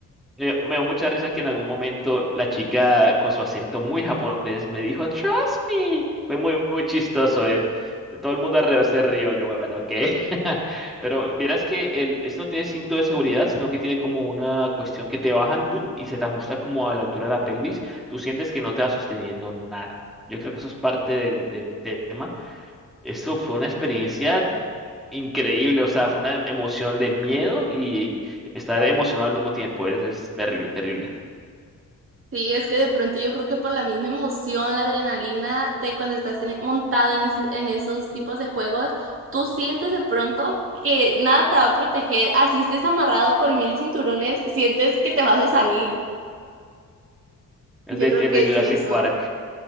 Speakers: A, in the centre; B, on the right.
A: Me, me dio mucha risa que en algún momento la chica con su acento muy japonés me dijo, Trust me. Fue muy, muy chistoso, ¿eh? Todo el mundo alrededor se rió, yo, bueno, ok. <laughs> Pero vieras que el, ese no tiene cinto de seguridad, sino que tiene como una cuestión que te bajan tú y se te ajusta como a la altura de la pelvis. Tú sientes que no te va sosteniendo nada. Yo creo que eso es parte del, del tema eso fue una experiencia increíble, o sea, fue una emoción de miedo y estar emocionado al mismo tiempo. Es, es terrible, terrible.
B: Sí, es que de pronto yo creo que por la misma emoción, la adrenalina de cuando estás en- montado en, ese- en esos tipos de juegos, tú sientes de pronto que nada te va a proteger. Así estés amarrado con mil cinturones, sientes que te vas a salir.
A: El
B: Yo
A: de,
B: creo
A: el
B: que
A: de
B: es
A: Jurassic
B: eso.
A: Park.